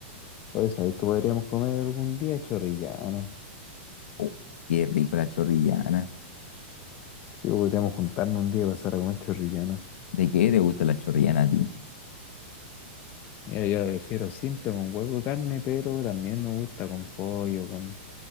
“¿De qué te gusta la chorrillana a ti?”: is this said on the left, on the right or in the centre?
Left